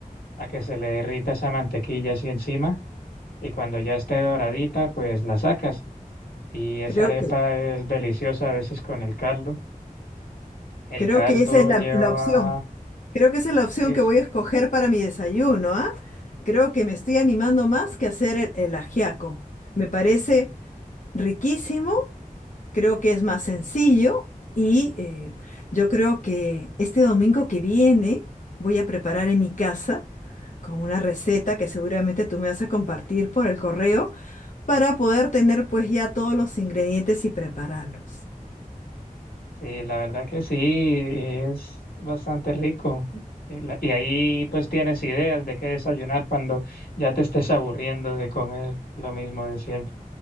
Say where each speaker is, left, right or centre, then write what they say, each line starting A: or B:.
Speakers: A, on the left; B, on the left.
A: a que se le derrita esa mantequilla así encima y cuando ya esté doradita, pues la sacas. Y esa
B: Creo
A: arepa
B: que,
A: es deliciosa a veces con el caldo. El
B: creo
A: caldo
B: que esa es la,
A: lleva...
B: la opción. Creo que esa es la opción
A: y es-
B: que voy a escoger para mi desayuno, ¿ah? Creo que me estoy animando más que hacer el, el ajiaco. Me parece riquísimo, creo que es más sencillo y eh, yo creo que este domingo que viene voy a preparar en mi casa con una receta que seguramente tú me vas a compartir por el correo para poder tener pues ya todos los ingredientes y prepararlos.
A: Sí, la verdad que sí, es bastante rico. Y la- y ahí pues tienes ideas de qué desayunar cuando ya te estés aburriendo de comer lo mismo de siempre.